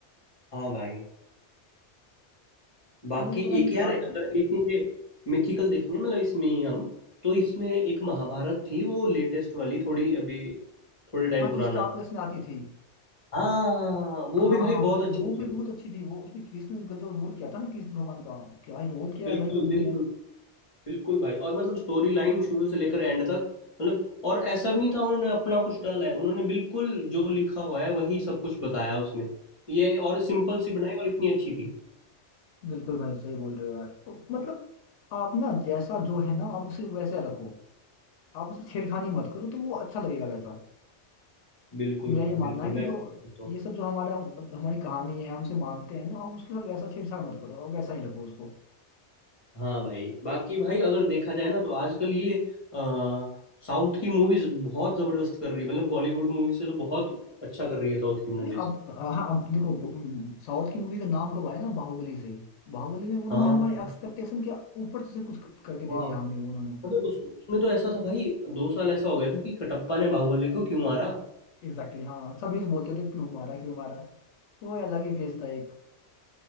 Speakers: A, on the left; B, on the left.
A: हाँ भाई बाकी
B: इन लोग पता नहीं
A: एक यार
B: क्या
A: अगर
B: कर
A: इसी पे मिथिकल देखेंगे मतलब इसमें ही हम तो इसमें एक महाभारत थी वो लेटेस्ट वाली थोड़ी अभी थोड़े टाइम
B: हाँ
A: पुराना
B: जो स्टार प्लस में आती थी
A: हाँ वो
B: हाँ
A: भी भाई
B: हाँ
A: बहुत अच्छी
B: वो
A: थी
B: भी बहुत अच्छी थी वो उसमें कृष्ण का जो रोल किया था ना कृष्ण भगवान का क्या ही रोल किया
A: बिल्कुल
B: है भाई बंदे
A: बिल्कुल
B: ने
A: बिल्कुल भाई और मतलब स्टोरी लाइन शुरू से लेकर एंड तक मतलब और ऐसा भी नहीं था उन्होंने अपना कुछ डाला है उन्होंने बिल्कुल जो लिखा हुआ है वही सब कुछ बताया उसमें ये और सिंपल सी बनाई और इतनी अच्छी थी
B: बिल्कुल भाई सही बोल रहे हो यार ओ, मतलब आप ना जैसा जो है ना आप उसे वैसा रखो आप उसे छेड़खानी मत करो तो वो अच्छा लगेगा वैसा
A: बिल्कुल
B: मेरा
A: भाई
B: ये मानना
A: बिल्कुल
B: है कि
A: मैं
B: जो
A: तो
B: ये सब जो हमारा हमारी कहानी है हमसे मानते हैं ना आप उसके साथ वैसा छेड़छाड़ मत करो आप वैसा ही रखो उसको
A: हाँ भाई बाकी भाई अगर देखा जाए ना तो आजकल ये अ, साउथ की मूवीज बहुत जबरदस्त कर रही है मतलब बॉलीवुड मूवी से तो बहुत अच्छा कर रही है साउथ की मूवीज
B: अरे आप हाँ आप देखो साउथ की मूवी का नाम कब आया ना बाहुबली से बाहुबली में उन्होंने
A: हाँ
B: हमारे एक्सपेक्टेशन के ऊपर से कुछ क- करके दे
A: वाह
B: दिया हमें उन्होंने
A: मतलब उस, उसमें तो ऐसा था भाई दो साल ऐसा हो गया था कि कटप्पा ने बाहुबली को क्यों मारा
B: एग्जैक्टली exactly, हाँ सभी बोलते थे क्यों मारा क्यों मारा वो अलग ही फेज था एक